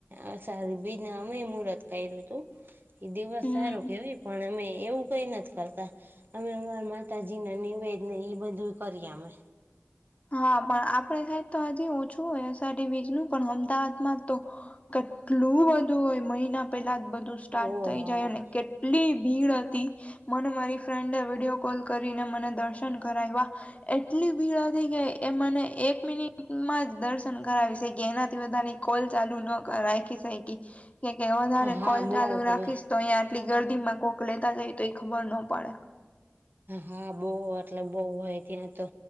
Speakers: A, on the right; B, on the left.
A: અષાઢી બીજના અમે મુહર્ત કર્યું હતુ એ દિવસ
B: હમ
A: સારો કેવાય પણ અમે એવું કઈ નથી. કરતા અમે અમારા માતાજીને નિવેદ ને એ બધું કરીએ અમે
B: હા પણ આપણે સાઈડ તો હજી ઓછું હોય અષાઢી બીજનું પણ અમદાવાદમાં તો કેટલું બધું હોય મહિના પેલા જ બધું સ્ટાર્ટ
A: ઓહ
B: થઈ જાય અને કેટલી ભીડ હતી મને મારી ફ્રેન્ડે વિડીયો કોલ કરીને મને દર્શન કરાવ્યા. એટલી ભીડ હતી. થઈ જાય એ મને એક મિનિટમાં જ દર્શન કરાવી છે કે એનાથી વધારે કોલ ચાલુ ન રાખી શૈકી કે કે વધારે
A: હા
B: કોલ
A: બહુ
B: ચાલુ
A: હોય
B: રાખીશ તો અહીંયા આટલી ગર્દીમાં કોક લેતા જાય તો એ ખબર ના પડે
A: હા બહુ એટલે બહુ હોય ત્યાં તો